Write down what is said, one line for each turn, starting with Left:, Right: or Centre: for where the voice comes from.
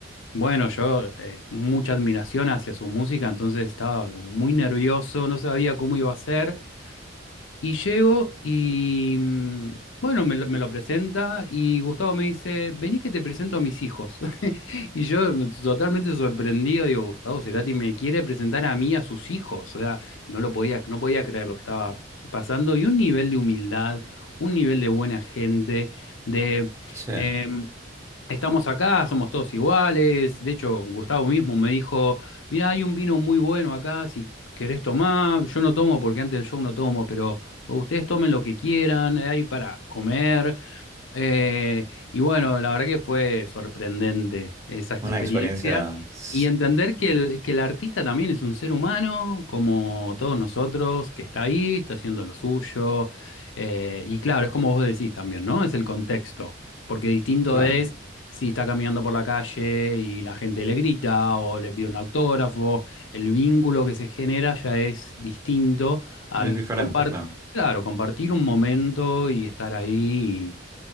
Left: Bueno, yo eh, mucha admiración hacia su música, entonces estaba como muy nervioso, no sabía cómo iba a ser. Y llego y mm, bueno, me lo, me lo presenta y Gustavo me dice, vení que te presento a mis hijos. <laughs> Y yo totalmente sorprendido, digo, Gustavo Cerati me quiere presentar a mí, a sus hijos. O sea, no lo podía, no podía creer lo que estaba pasando. Y un nivel de humildad, un nivel de buena gente, de...
Right: Sí,
Left: em, Estamos acá, somos todos iguales. De hecho, Gustavo mismo me dijo, mirá, hay un vino muy bueno acá, si querés tomar, yo no tomo porque antes del show no tomo, pero ustedes tomen lo que quieran, hay para comer. Eh, y bueno, la verdad que fue sorprendente esa experiencia
Right: una experiencia... Sí.
Left: y entender que el, que el artista también es un ser humano, como todos nosotros, que está ahí, está haciendo lo suyo. eh, y claro, es como vos decís también, ¿no? Es el contexto, porque distinto
Right: Claro,
Left: es si está caminando por la calle y la gente le grita o le pide un autógrafo, el vínculo que se genera ya es distinto al
Right: es diferente,
Left: compartir,
Right: claro.
Left: claro, compartir un momento y estar ahí